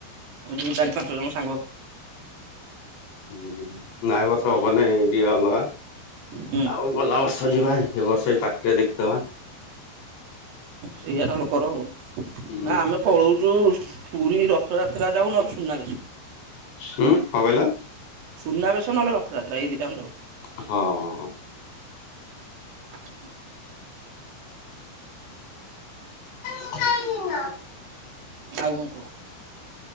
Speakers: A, on the right; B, on the left.
A: ଆମେ ଦୋଉ ଚାରି ପାଞ୍ଚ ଜଣ ସାଙ୍ଗ
B: ହୁଁ ହୁଁ ନାଇଁ ବଷବନ ଏଇ ଦିଆ ହଲ
A: ହୁଁ
B: ଆଉ ଗଲା ବର୍ଷ ଯିବା ଏ ବର୍ଷ ଏ ପାଖରେ ଦେଖିଦବା
A: ସେଇଆାର ଲୋକର ଆଉ
B: ହୁଁ
A: ନା ଆମେ ପଳଉଛୁ ପୁରୀ ରଥଯାତ୍ରା ଯାଉନଲେ ସୁନାବେେଶ
B: ହୁଁ ହଁ କହିଲ
A: ସୁନାବେେଶ ନେଲେ ରଥଯାତା ଏ ଦିଟାେ ଯାଉ
B: ହଁ
A: ଆଉ
B: ନ ନା
A: ଆଉ କଣ କହ